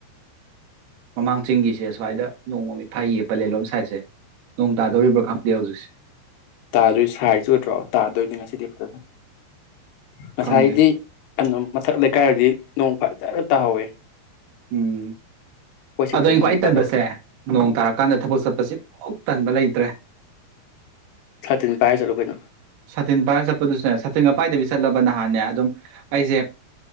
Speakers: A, on the right; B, on the left.
A: ꯃꯃꯥꯡ ꯆꯤꯡꯒꯤꯁꯦ ꯁꯁ꯭ꯋꯥꯏꯗ ꯅꯣꯡ ꯃꯃꯤꯠ ꯐꯥꯏꯌꯦ ꯄꯂꯦꯟꯂꯣꯝ ꯁꯥꯏꯠꯁꯦ ꯅꯣꯡ ꯇꯥꯗꯧꯔꯤꯕ꯭ꯔꯥ ꯈꯪ ꯌꯥꯎꯖꯛꯁꯦ
B: ꯇꯥꯗꯣꯏ ꯁꯥꯏꯖ ꯑꯣꯏꯗ꯭ꯔꯣ ꯇꯥꯗꯣꯏꯅꯦ ꯉꯁꯤꯗꯤ ꯐꯖꯅ ꯉꯁꯥꯏ
A: ꯈꯪꯗꯦ
B: ꯏꯗꯤ ꯑꯗꯨ ꯃꯊꯛ ꯂꯩꯀꯥꯏꯔꯗꯤ ꯅꯣꯡ ꯐꯖꯒ ꯇꯥꯍꯧꯋꯤ
A: ꯎꯝ
B: ꯁꯤꯛꯇ
A: ꯑꯗꯣ ꯑ ꯈ꯭ꯋꯥꯏ
B: ꯅꯣꯡ ꯇꯥꯗꯕ
A: ꯇꯟꯕꯁꯦ ꯅꯣꯡ ꯇꯥꯔꯀꯥꯟꯗ ꯊꯕꯛ ꯆꯠꯄꯁꯤ ꯇꯟꯕ ꯂꯩꯇ꯭ꯔꯦ
B: ꯁꯥꯇ ꯄꯥꯏꯔ ꯆꯠꯂꯣ ꯀꯩꯅꯣ
A: ꯁꯇꯤꯟ ꯚꯔꯥ ꯆꯠꯄꯗꯨꯁꯨꯅꯦ ꯁꯥꯇꯤꯟ ꯉꯄꯥꯏꯗꯕꯤ ꯆꯠꯂꯕ ꯅꯍꯥꯟꯅꯦ ꯑꯗꯨꯝ ꯑꯩꯁꯦ